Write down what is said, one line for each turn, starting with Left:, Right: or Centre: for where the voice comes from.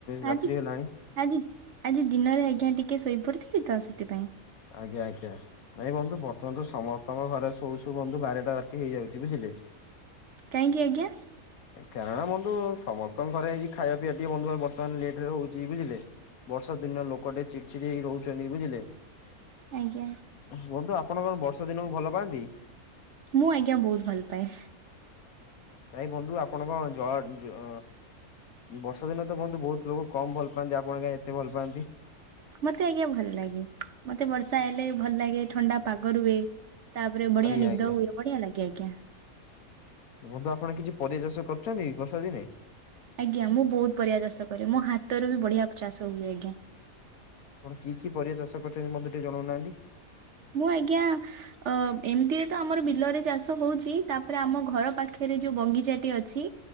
Left: ରାତ୍ରି
Right: ଆଜି
Left: ହେଲାଣି
Right: ଆଜି ଆଜି ଦିନରେ ଆଜ୍ଞା ଟିକେ ଶୋଇପଡିଥିଲି ତ ସେଥିପାଇଁ
Left: ଆଜ୍ଞା ଆଜ୍ଞା। ନାଇଁ ବନ୍ଧୁ ବର୍ତ୍ତମାନ ତ ସମସ୍ତଙ୍କ ଘରେ ଶୋଉ ସୁ ବନ୍ଧୁ ବାରଟା ରାତି ହେଇଯାଉଛି ବୁଝିଲେ।
Right: କହିଁକି ଆଜ୍ଞା?
Left: କାରଣ ବନ୍ଧୁ ସମସ୍ତଙ୍କ ଘରେ ଏଇ ଖାଇବା ପିଇ ଟିକେ ବନ୍ଧୁ ବର୍ତ୍ତମାନ ଲେଟ ରେ ହଉଛି ବୁଝିଲେ। ବର୍ଷା ଦିନ ଲୋକ ଟେ ଚିଡଚିଡି ହେଇ ରହୁଛନ୍ତି ବୁଝିଲେ।
Right: ଆଜ୍ଞା।
Left: ବନ୍ଧୁ ଆପଣ କଣ ବର୍ଷ ଦିନକୁ ଭଲ ପାଆନ୍ତି?
Right: ମୁଁ ଆଜ୍ଞା ବହୁତ ଭଲ ପାଏ।
Left: କାଇଁ ବନ୍ଧୁ ଆପଣଙ୍କ ଜଳ ବର୍ଷା ଦିନ ତ ବଧୁ ବହୁତ ଲୋକ କମ ଭଲ ପାଆନ୍ତି ଆପଣ କାଁ ଏତେ ଭଲ ପାଆନ୍ତି।
Right: ମତେ ଆଜ୍ଞା ଭଲ ଲାଗେ ମତେ ବର୍ଷା ହେଲେ ଭଲ ଲାଗେ ଥଣ୍ଡା ପାଗ ରୁହେ। ତାପରେ ବଢିଆ
Left: ଆଜ୍ଞା
Right: ନିଦ
Left: ଆଜ୍ଞା।
Right: ହୁଏ ବଢିଆ ଲାଗେ ଆଜ୍ଞା।
Left: ବନ୍ଧୁ ଆପଣ କିଛି ପରିବା ଚାଷ କରୁଛନ୍ତି ବର୍ଷା ଦିନେ?
Right: ଆଜ୍ଞା ମୁଁ ବହୁତ ପରିବା ଚାଷ କରେ ମୋ ହାତରୁ ବି ବଢିଆ ଚାଷ ହୁଏ ଆଜ୍ଞା
Left: ଆପଣ କି କି ପରିବା ଚାଷ କରିଛନ୍ତି ମୋତେ ଟିକେ ଜଣାଉନାହାନ୍ତି?
Right: ମୁଁ ଆଜ୍ଞା ଅ ଏମିତିରେ ତ ଆମର ବିଲରେ ଚାଷ ହଉଛି ତାପରେ ଆମ ଘର ପାଖରେ ଯୋଉ ବଗିଚା ଟି ଅଛି